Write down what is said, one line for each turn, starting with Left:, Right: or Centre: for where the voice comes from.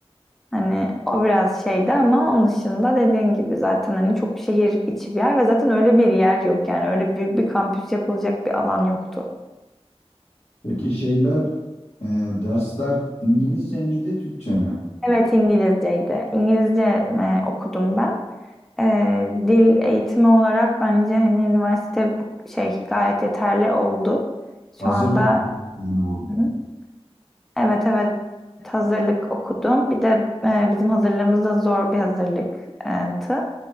Centre: Hani o biraz şeydi ama onun dışında dediğin gibi zaten hani çok şehir içi bir yer ve zaten öyle bir yer yok yani öyle büyük bir kampüs yapılacak bir alan yoktu.
Left: Peki şeyler, e, dersler İngilizce miydi, Türkçe mi?
Centre: Evet İngilizceydi. İngilizce e, okudum ben. E, dil eğitimi olarak bence hani üniversite bu şey gayet yeterli oldu.
Left: Hazırlık
Centre: Şu anda
Left: okulu yani orada.
Centre: Hı. evet evet hazırlık okudum. Bir de e, bizim hazırlığımız da zor bir hazırlıktı.